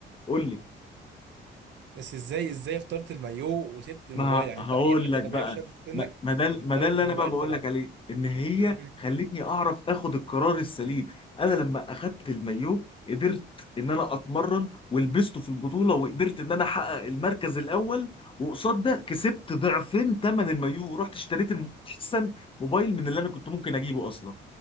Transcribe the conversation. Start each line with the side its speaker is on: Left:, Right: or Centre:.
Left: قول لي
Right: بس ازاي ازاي اخترت المايو وسبت الموبايل
Left: ما
Right: يعني
Left: هقول
Right: انت اي حد
Left: لك بقى
Right: طبيعي في شاب في سنك
Left: ما ما ده
Right: بيختار
Left: ما ده
Right: الموبايل
Left: اللي انا بقى بقول
Right: طبعا
Left: لك عليه ان هي
Right: مم.
Left: خلتني اعرف اخد القرار السليم انا لما اخدت المايو قدرت ان انا اتمرن ولبسته في البطوله وقدرت ان انا احقق المركز الاول وقصاد ده كسبت ضعفين ثمن المايو ورحت اشتريت الم- احسن موبايل من اللي انا كنت ممكن اجيبه اصلا